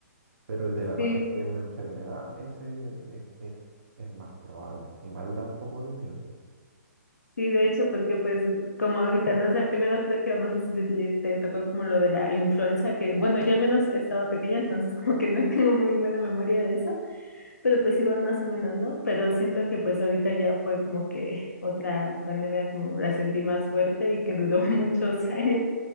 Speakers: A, on the right; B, on the left.
A: Pero el de la,
B: sí,
A: pa- el de una enfermedad, ese es, es- es más probable. Igual da un poco de miedo.
B: Sí, de hecho, porque pues como ahorita, no sé, primero creo que, no sé si te, te tocó como lo de la influenza, que bueno, yo al menos estaba pequeña, entonces como que no <laughs> tengo muy buena memoria de eso, pero pues igual más o menos, ¿no? Pero siento que pues ahorita ya fue como que otra pandemia como la sentí más fuerte y que duró <laughs> muchos años.